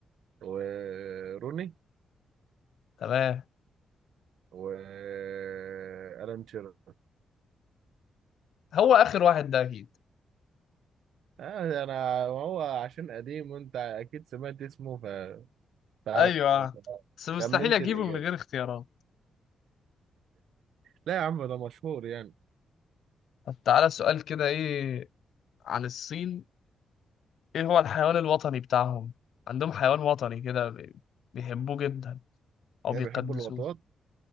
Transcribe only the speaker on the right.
وروني
وألان شيرر
آه، أنا هو عشان قديم وأنت أكيد سمعت اسمه ف- فعارف
خمنت
الإجابة
لا يا عم ده مشهور يعني
هي
بيحبوا اللقطات